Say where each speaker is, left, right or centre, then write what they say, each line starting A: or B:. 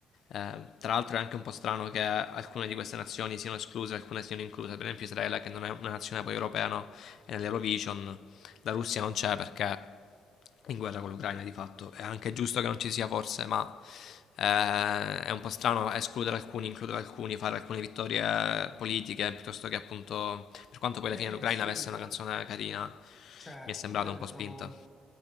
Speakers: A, on the left (about 75°); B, on the left (about 25°).
A: Eh, tra l'altro è anche un po' strano che alcune di queste nazioni siano escluse, alcune siano incluse, per esempio Israele che non è una nazione poi europea, no? è nell'Eurovision, la Russia non c'è perché è in guerra con l'Ucraina di fatto, è anche giusto che non ci sia forse, ma eh, è un po' strano escludere alcuni, includere alcuni, fare alcune vittorie politiche, piuttosto che appunto, per quanto poi
B: Beh,
A: alla fine l'Ucraina
B: sì,
A: avesse una canzone carina,
B: Cioè,
A: mi è sembrata
B: io
A: un
B: lo
A: po'
B: trovo,
A: spinta.